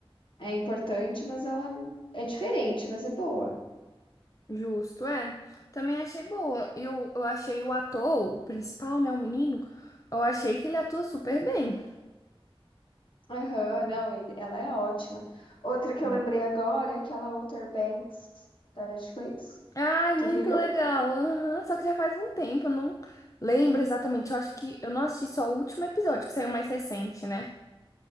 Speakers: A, on the left; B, on the left.
A: é importante, mas ela é diferente, mas é boa.
B: Justo, é. Também achei boa. Eu, eu achei o ator, o principal, né? O menino. Eu achei que ele atua super bem.
A: Aham, não, ele- ela é ótima. Outra que
B: Hum.
A: eu lembrei agora é aquela Outer Banks da Netflix.
B: Ai,
A: Tu
B: muito
A: viu?
B: legal. Aham, Só que já faz um tempo, eu não lembro exatamente. Eu acho que eu não assisti só o último episódio, que saiu mais recente, né?